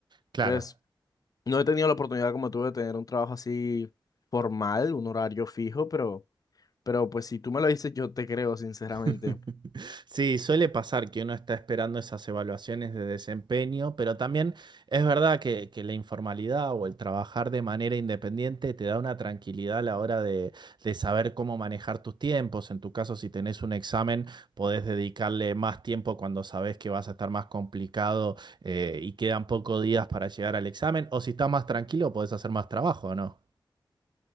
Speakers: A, on the right; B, on the left.
A: Claro.
B: Entonces, No he tenido la oportunidad como tú de tener un trabajo así formal, un horario fijo, pero, pero pues si tú me lo dices, yo te creo, sinceramente.
A: <laughs> Sí, suele pasar que uno está esperando esas evaluaciones de desempeño, pero también es verdad que, que la informalidad o el trabajar de manera independiente te da una tranquilidad a la hora de, de saber cómo manejar tus tiempos. En tu caso, si tenés un examen, podés dedicarle más tiempo cuando sabés que vas a estar más complicado eh, y quedan pocos días para llegar al examen. O si estás más tranquilo, podés hacer más trabajo, ¿no?